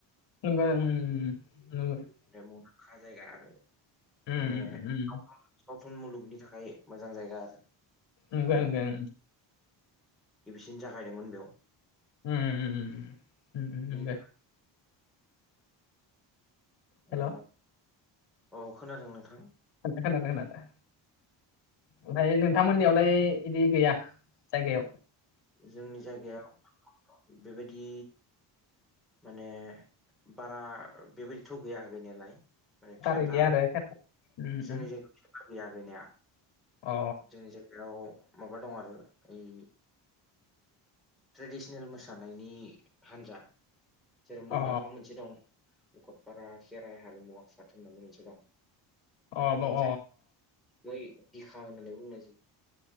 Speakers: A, on the left; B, in the centre.
A: होमबा नंगौ <unintelligible>
B: बे मुंदांखा जायगा आरो
A: उम
B: माने
A: उम
B: सावथुन सावथुन मुलुगनि थाखाय मोजां जायगा आरो
A: नंगौ
B: माने
A: नंगौ उम
B: गिबिसिन जागायदोंमोन बेयाव
A: उम
B: बिनि
A: दे हेल'
B: आ औ खोनादों नोंथां
A: खोनसे खोनादों होन दा ओमफाय <unintelligible> नोंथांमोननियावलाय बिदि गैया जायगायाव
B: जोंनि जायगायाव बेबायदि माने बारा बेबायदिथ' गैया गैनायालाय माने थियाटार
A: इदि आरो थियाटार उम
B: जोंनि
A: उम
B: ज गैया गैनाया
A: अ
B: जोंनि बेयाव माबा दं आरो ओइ ट्रेडिसनेल मोसानायनि हान्जा जेराव
A: अ
B: मुंदांखा मोनसे दं। भकतपारा खेराइ हारिमु आफाद होननानै मोनसे दं।
A: अ दङ'
B: जाय बै बिखा होननानै बुंनायसै